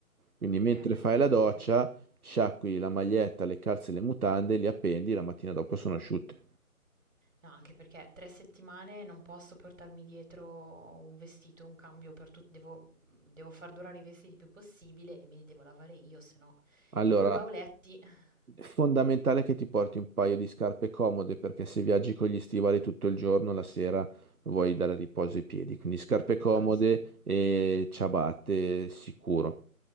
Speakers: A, on the right; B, on the right.
A: Quindi
B: okay.
A: mentre fai la doccia,
B: Mh.
A: sciacqui la maglietta, le calze e le mutande, li appendi, la mattina dopo sono asciutte.
B: No, anche perché tre settimane non posso portarmi dietro un vestito, un cambio per tutti, devo, devo far durare i vestiti il più possibile e me li devo lavare io, se no
A: Allora,
B: i due bauletti. <laughs>
A: È fondamentale che ti porti un paio di scarpe comode perché se viaggi con gli stivali tutto il giorno, la sera vuoi dare riposo ai piedi. Quindi scarpe comode
B: Ah sì,
A: e ciabatte sicuro.